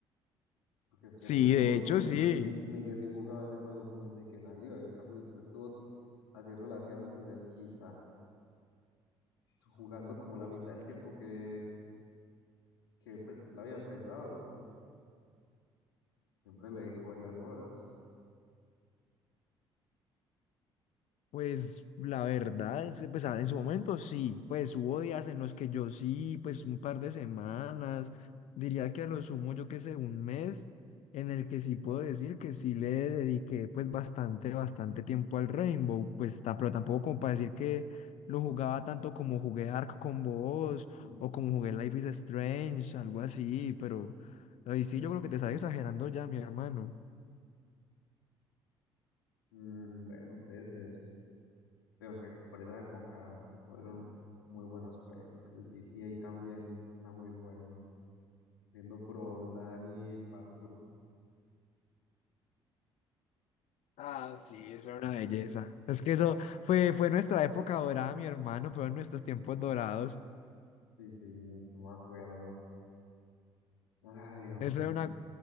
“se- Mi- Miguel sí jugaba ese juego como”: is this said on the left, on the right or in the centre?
Left